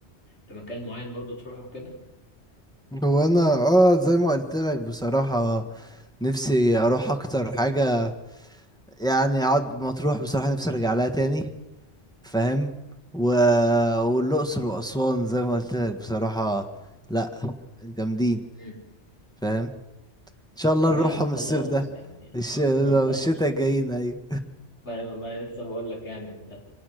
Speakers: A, on the left; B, in the centre.
A: في مكان معين برضو تروحه كده
B: هو انا اه زي ما قلت لك بصراحة نفسي اروح اكتر حاجة يعني اقعد مطروح بصراحة نفسي ارجع لها تاني فاهم و... والاقصر واسوان زي ما قلت لك بصراحة لا جامدين
A: مم.
B: فاهم ان شاء الله
A: طب
B: نروحهم
A: يا عم
B: الصيف
A: خلاص
B: ده
A: يعني
B: الش...
A: اه
B: الشتاء
A: <laughs>
B: الجايين ايوه
A: ما انا ما أنا لسه بقول لك يعني انت